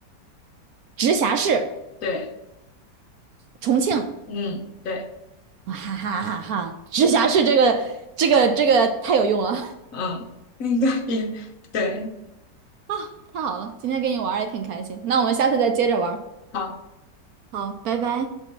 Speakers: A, on the right (about 65°); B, on the left (about 60°).
A: 直辖市
B: 对，
A: 重庆，
B: 嗯，对，
A: 哈哈哈哈！直辖市这个这个这个太有用了，
B: 嗯，应该比对。
A: <laughs> 太好了，今天跟你玩也挺开心。那我们下次再接着玩
B: 好。
A: 好，拜拜。